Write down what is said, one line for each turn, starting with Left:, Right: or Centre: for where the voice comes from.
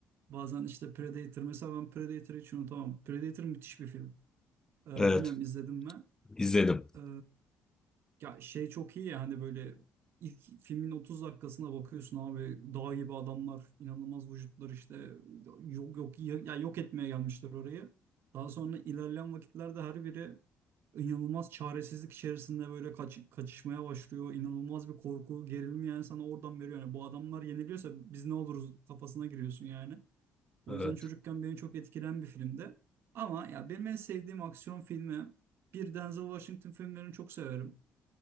Right: Bazen işte Predator mesela ben Predator'ı hiç unutamam. Predator müthiş bir film. Ee,
Left: evet,
Right: bilmiyorum izledim mi?
Left: izledim.
Right: Ee, ya şey çok iyi ya hani böyle ilk filmin 30 dakikasına bakıyorsun abi dağ gibi adamlar inanılmaz vücutlar işte yok yok ya yok etmeye gelmişler orayı. Daha sonra ilerleyen vakitlerde her biri inanılmaz çaresizlik içerisinde böyle kaç, kaçışmaya başlıyor. İnanılmaz bir korku, gerilim yani sana oradan veriyor. Yani bu adamlar yeniliyorsa biz ne oluruz kafasına giriyorsun yani. O
Left: Evet.
Right: yüzden çocukken beni çok etkilen bir filmdi. Ama ya benim en sevdiğim aksiyon filmi bir Denzel Washington filmlerini çok severim.